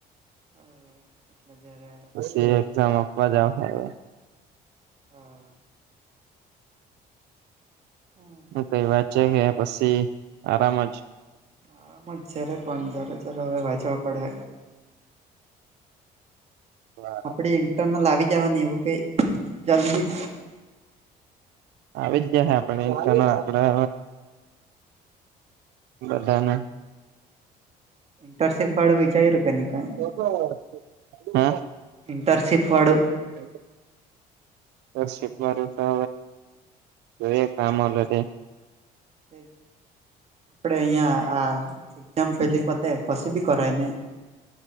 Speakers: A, on the right; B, on the right.
A: હા એટલે જયારે
B: પછી એક્ઝામ આપવા જાવા પડે.
A: હા. હમમ.
B: હું કઈ વાત છે કે પછી આરામ જ
A: આરમ જ છે રે પણ જરા જરા હવે વાંચવા પડે.
B: હા.
A: આપણી ઇન્ટરનલ આવી જવાની એવું કેય જલ્દી
B: આવી જ જશે આપણે પણ આપણે બધાને
A: ઇન્ટરશીપ વાળું વિચાર્યું? કે નહી કઈ
B: હમમ.
A: ઇન્ટરનશિપ વાળું
B: <inaudible> ઇન્ટરશીપ વાળું તો જોઈએ કા મળે તે.
A: તે આપણે અહિયાં આ એકઝામ પેલી પતે પસી બી કરાયને?